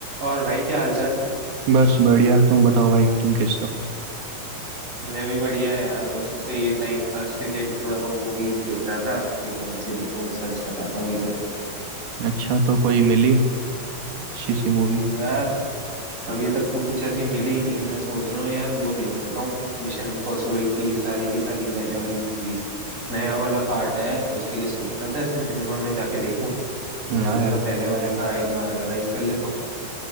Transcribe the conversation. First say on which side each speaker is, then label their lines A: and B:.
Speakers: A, on the right; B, on the right.
A: और भाई क्या हालचाल
B: बस बढ़िया तुम बताओ भाई तुम कैसे हो
A: मैं भी बढ़िया है यार बस ऐसे ही टाइम पास के लिए भी थोड़ा बहुत मूवीज देख रहा था कि कौन सी देखूं सर्च कर रहा था वही सब
B: अच्छा तो कोई मिली अच्छी सी मूवी
A: यार अभी तक तो कुछ ऐसी मिली नहीं मैं सोच रहा हूँ यार वो देख लेता हूँ मिशन इम्पॉसिबल की सारी की सारी पहले वाली मूवीज नया वाला पार्ट आया है तो उसके लिए सोच रहा था ऐसे सिनेमा में जाके देखूं तो
B: हाँ
A: सोचा
B: यार
A: था पहले वाला का एक बार रिवाइज कर लेता हूँ